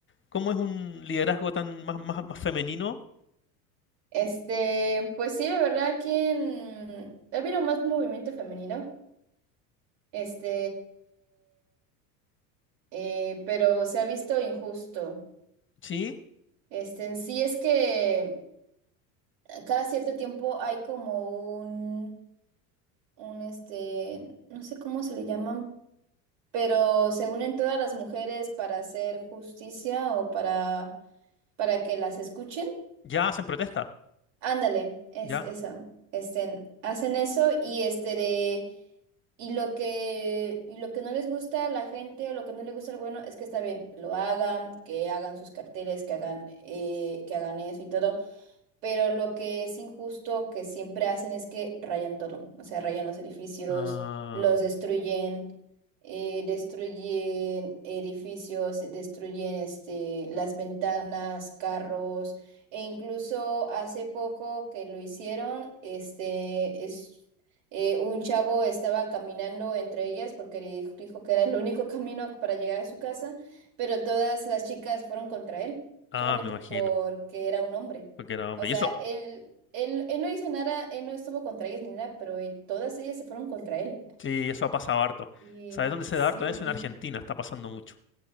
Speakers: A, on the left (about 25°); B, on the right (about 70°).
A: cómo es un liderazgo tan más, más, más femenino?
B: Este, pues sí, la verdad, aquí en... Ha habido más movimiento femenino, este, eh, pero se ha visto injusto.
A: ¿Sí?
B: Este, en sí es que cada cierto tiempo hay como un, un, este, no sé cómo se le llaman, pero se unen todas las mujeres para hacer justicia o para, para que las escuchen.
A: Ya hacen protesta,
B: Ándale, es
A: ya.
B: eso. Este, hacen eso y este de, y lo que y lo que no les gusta a la gente o lo que no le gusta al bueno es que está bien, lo hagan, que hagan sus carteles, que hagan eh, que hagan eso y todo, pero lo que es injusto que siempre hacen es que rayan todo, o sea, rayan los edificios,
A: Ah,
B: los destruyen, eh, destruyen edificios, destruyen este las ventanas, carros e incluso hace poco que lo hicieron, este es eh, un chavo estaba caminando entre ellas porque di- dijo que era el único camino para llegar a su casa, pero todas las chicas fueron contra él,
A: ah,
B: solamente
A: me imagino,
B: porque era un hombre.
A: porque era hombre.
B: O sea,
A: ¿Y eso,
B: él, él, él no hizo nada, él no estuvo contra ellas ni nada, pero eh, todas ellas se fueron contra él.
A: Sí, eso ha pasado harto.
B: Y
A: ¿Sabes dónde se
B: sí.
A: da harto eso? En Argentina está pasando mucho.